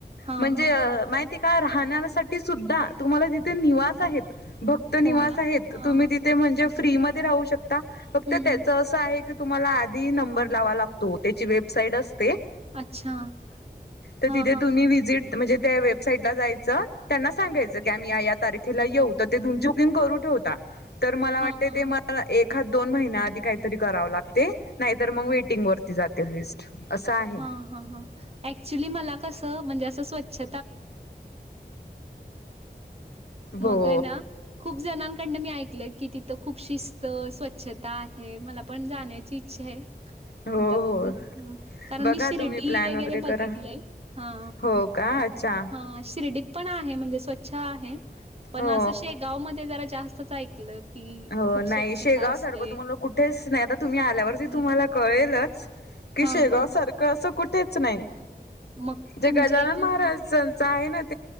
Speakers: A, on the right; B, on the left.
A: हां,
B: म्हणजे
A: हां, हां.
B: माहिती काय खण्यासाठी सुद्धा तुम्हाला तिथे निवास आहेत भक्त
A: हो
B: निवास
A: ना
B: आहेत
A: हा
B: तुम्ही तिथे म्हणजे फ्री म राहू शकता फक्त
A: हम्म
B: त्याच असं आहे तुम्हाला आधी नंबर लावा लागतो त्याची वेबसाईट असते
A: अच्छा
B: तथ
A: हा
B: त
A: हा
B: म्हण
A: हा
B: त्या वेबसाईटला जायच त्यांना सांगायचं की आम्ही या तारखेला येऊ तर ते तुमची बुकिंग करू ठेवता तर मला
A: हा
B: वाटते
A: हा
B: ते मला एक हा दोन महिन्या आधी काहीतरी करावं लागते तर मग वेटिंग वरती जाते लिस्ट असं आहे
A: ह ह ह ऍक्चुली मला कस म्हणजे अस स्वच्छ
B: हो
A: वग ख कडन मी ऐकलं की तिथं खूप शिस्त स्वच्छता आहे मला पण जाण्याची इच्छा आहे
B: हो
A: आता
B: हो
A: बघू कारण
B: बघा
A: मी शिर्डी
B: तुम्ही प्लॅन
A: वगैरे
B: करा
A: बघितलंय हा
B: हो का अच्छा
A: हा शिर्डीत पण आहे म्हणजे स्वच्छ आहे पण
B: हो
A: अस गाव म ज जास्तच ऐकलं की
B: हो
A: खूप
B: नाही
A: स्वच्छता
B: शेगाव
A: असते.
B: सारखं तुम्हाला कुठेच नाही आता तुम्ही आल्यावरती
A: हो
B: तुम्हाला
A: ना?
B: कळेलच की
A: हां,
B: शेगाव
A: हां, हां.
B: सारखं असं कुठेच नाही
A: मग
B: जे
A: तुमच्या
B: गजानन
A: इथून
B: महाराज संचा आहे ना